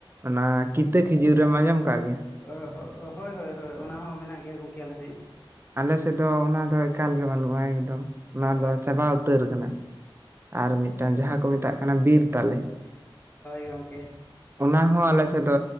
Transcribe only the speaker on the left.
ᱚ ᱦᱳᱭ ᱦᱳᱭ ᱦᱳᱭ ᱚᱱᱟ ᱦᱚᱸ ᱢᱮᱱᱟᱜ ᱜᱮᱭᱟ ᱜᱚᱢᱠᱮ ᱟᱞᱮ ᱥᱮᱫ᱾
ᱚ ᱟᱪᱪᱷᱟ
ᱟᱪᱪᱷᱟ
ᱦᱳᱭ ᱜᱚᱢᱠᱮ